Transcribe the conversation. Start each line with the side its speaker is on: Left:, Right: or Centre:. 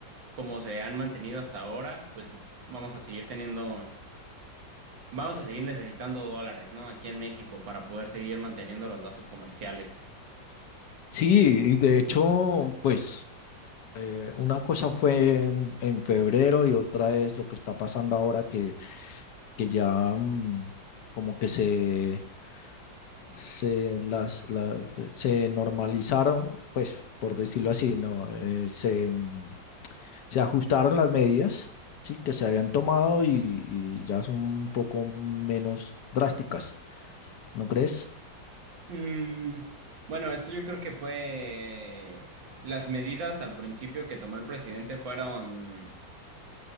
Right: como se han mantenido hasta ahora, pues vamos a seguir teniendo Vamos a seguir necesitando dólares, ¿no? Aquí en México para poder seguir manteniendo los lazos comerciales.
Left: Sí, y de hecho, pues eh, una cosa fue en, en febrero y otra es lo que está pasando ahora que, que ya mm, como que se, se, las, las, eh, se normalizaron, pues por decirlo así, ¿no? Eh, se, mm, se ajustaron las medidas, sí, que se habían tomado y, y ya son un poco menos drásticas, ¿no crees?
Right: Mm, bueno, esto yo creo que fue... Las medidas al principio que tomó el presidente fueron